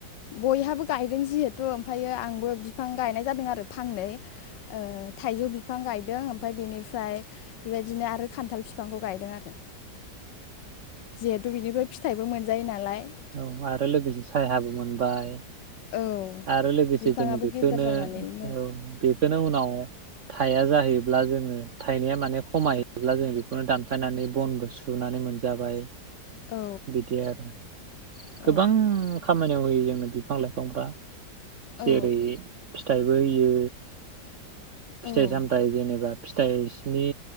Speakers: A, on the left; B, on the right.
A: बयहाबो गायदों जिहेथु ओमफायो आंबो बिफां गायनाय जादों आरो फांनै ओ थाइजौ बिफां गायदों ओमफाय बेनि ओमफाय बेबायदिनो आरो। खान्थाल फिफांबो गायदों आरो जिहेतु बिनिबो फिथाइबो मोन जायो नालाय।
B: औ आरो लोगोसे सायहाबो मोनबाय
A: औ
B: आरो लोगोसे
A: बिफाङाबो
B: जोङो बेखोनो
A: गेदेर जानानै मो
B: औ बे बेखोनो उनाव थाया जाहैब्ला जोङो थाइनाया माने खमायैयोब्ला जों बेखोनो दानफायनानै बनबो सुनानै मोनजाबाय।
A: औ
B: बिदि आरो। गोबां।
A: औ
B: खामानियाव होयो जोंनो बिफां लाइफांफ्रा
A: औ
B: जेरै फिथाइबो होयो फिथाइ
A: औ
B: सामथाइ जेनेबा फिथाइनि